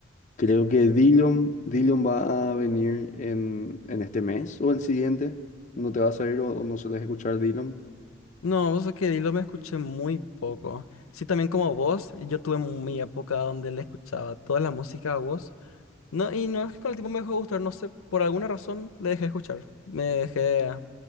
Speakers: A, on the left; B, on the left.
A: Creo que Dillon, Dillon va a venir en, en este mes o el siguiente. ¿No te vas a ir o, o no sueles escuchar Dillon?
B: No, vos es que Dilo me escuché muy poco. Sí, también como vos, yo tuve mi época donde le escuchaba toda la música a vos. No, y no es que con el tiempo me dejó de gustar, no sé, por alguna razón le dejé de escuchar. Me dejé de